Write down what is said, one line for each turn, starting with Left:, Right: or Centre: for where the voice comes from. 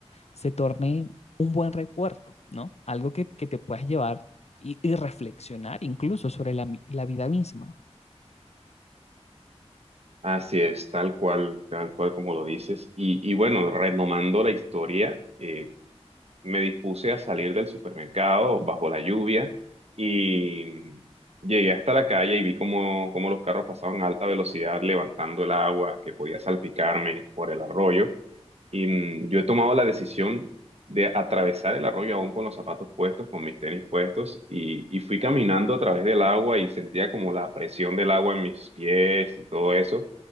Left: se torne un buen recuerdo, ¿no? Algo que, que te puedas llevar y, y, reflexionar incluso sobre la, la, vida misma.
Right: Así es, tal cual, tal cual como lo dices. Y, y bueno, retomando la historia, eh, me dispuse a salir del supermercado bajo la lluvia y llegué hasta la calle y vi cómo, cómo los carros pasaban a alta velocidad levantando el agua que podía salpicarme por el arroyo. Y mm, yo he tomado la decisión de atravesar el arroyo aún con los zapatos puestos, con mis tenis puestos, y, y fui caminando a través del agua y sentía como la presión del agua en mis pies y todo eso.